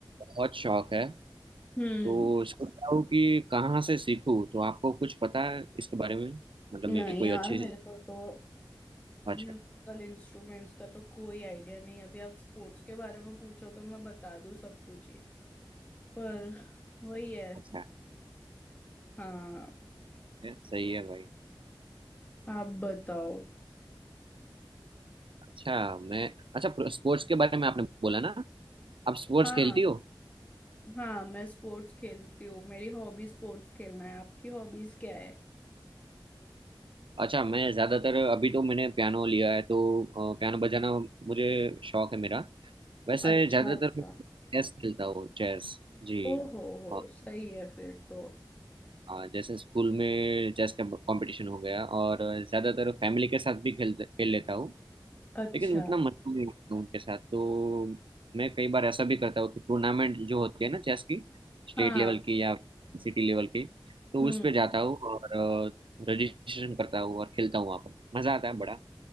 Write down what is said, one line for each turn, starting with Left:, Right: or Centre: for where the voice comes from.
Right: बहुत शौक है
Left: हम्म
Right: तो सोच रहा हूँ कि कहाँ से सीखूँ तो आपको कुछ पता है इसके बारे में मतलब
Left: नहीं
Right: मैं कोई
Left: यार
Right: अच्छी
Left: मेरे
Right: सी
Left: को तो
Right: अच्छा
Left: म्यूजिकल इंस्ट्रूमेंट्स का तो कोई आइडिया नहीं अभी आप स्पोर्ट्स के बारे में पूछो तो मैं बता दूं सब कुछ ही पर वही है
Right: अच्छा
Left: हाँ
Right: है, सही है भाई
Left: आप बताओ
Right: अच्छा मैं अच्छा स्पोर्ट्स के बारे में आपने बोला ना आप स्पोर्ट्स
Left: हाँ
Right: खेलती हो
Left: हाँ मैं स्पोर्ट्स खेलती हूँ मेरी हॉबी स्पोर्ट्स खेलना है आपकी हॉबीज क्या है
Right: अच्छा मैं ज़्यादातर अभी तो मैंने पियानो लिया है तो अ, पियानो बजाना मुझे शौक है मेरा वैसे
Left: अच्छा
Right: ज़्यादातर
Left: अच्छा
Right: मैं चेस खेलता हूँ चेस जी
Left: ओ हो हो
Right: और
Left: सही है फिर तो
Right: हाँ जैसे स्कूल में चेस का कंपटीशन हो गया और ज़्यादातर फैमिली के साथ भी खेल खेल लेता हूँ
Left: अच्छा
Right: लेकिन उतना मजा नहीं आता उनके साथ तो मैं कई बार ऐसा भी करता हूँ कि टूर्नामेंट जो होती है ना चेस की स्टेट
Left: हाँ
Right: लेवल की या सिटी लेवल की तो
Left: हम्म
Right: उस पे जाता हूँ और रजिस्ट्रेशन करता हूँ और खेलता हूँ वहाँ पर मज़ा आता है बड़ा